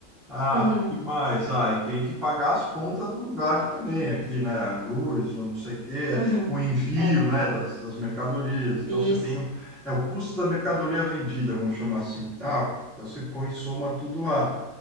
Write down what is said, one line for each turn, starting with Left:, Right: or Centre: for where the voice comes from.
Centre: Ah,
Right: uhum,
Centre: que mais? Ah, eu tenho que pagar as contas do lugar aqui também, aqui, né? A luz, ou não sei o quê,
Right: uhum.
Centre: o envio,
Right: É,
Centre: né, das, das mercadorias. Então
Right: isso.
Centre: você tem o, é o custo da mercadoria vendida, vamos chamar assim. Ah, então você põe e soma tudo lá.